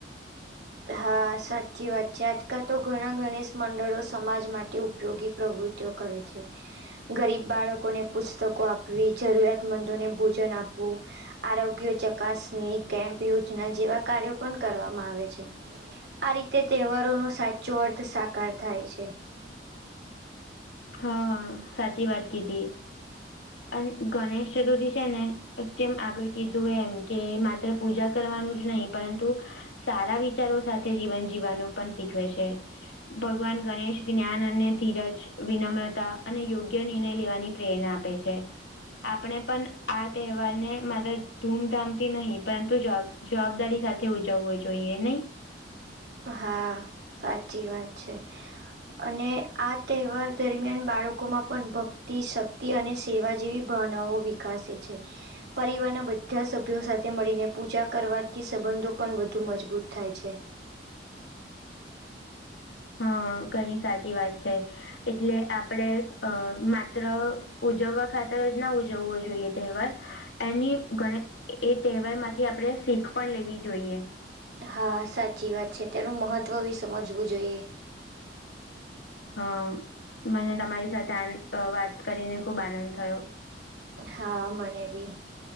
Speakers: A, on the right; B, on the left.
A: હા સાચી વાત છે આજકાલ તો ઘણા ગણેશ મંડળો સમાજ માટે ઉપ ઉપયોગી પ્રવૃત્તિઓ કરે છે. ગરીબ બાળકોને પુસ્તકો આપવી જરૂરિયાતમંદોને ભોજન આપવું. આરોગ્ય ચકાસણી કેમ્પ યોજના જેવા કાર્યો પણ કરવામાં આવે છે. આ રીતે તહેવારોનો સાચો અર્થ સાકાર થાય છે.
B: હા સાચી વાત કજ અને ગણેશ ચતુર્થી છે ને પણ જેમ આગળ કીધુંય એમ કે માત્ર પૂજા કરવાનું જ નહી પરંતુ સારા વિચારો સાથે જીવન જીવવાનું પણ શીખવે છે. ભગવાન ગણેશ જ્ઞાન અને ધીરજ વિનમ્રતા અને યોગ્ય નિર્ણય લેવાની પ્રેરણા આપે છે. આપણે પણ આ તહેવારને મા ધૂમધામથી નહીિ પરંતુ જબ જવાબદારી સાથે ઉજવવો જોઈએ નહી.
A: હા સાચી વાત છે. અને આ તહેવાર દરમિયાન બાળકોમાં પણ ભક્તિ શક્તિ અને સેવા જેવી ભાવનાઓ વિકસે છે. પરિવારના બધા સભ્યો સાથે મળીને પૂજા કરવાથી સંબંધો પણ વધુ મજબૂત થાય છે.
B: હા ઘણી સાચી વાત છે એટલે આપડે અ માત્ર ઉજવવા ખાતર જ ના ઉજવવો જોઈએ તહેવાર એની ગ એ તહેવાર માંથી આપણે શીખ પણ લેવી જોઈએ
A: હા સાચી વાત છે તેનું મહત્ત્વ બી સમજવું જોઈએ
B: હ મને તમારી સાથે આ વાત કરીને ખૂબ આનંદ થયો
A: હા મને ભી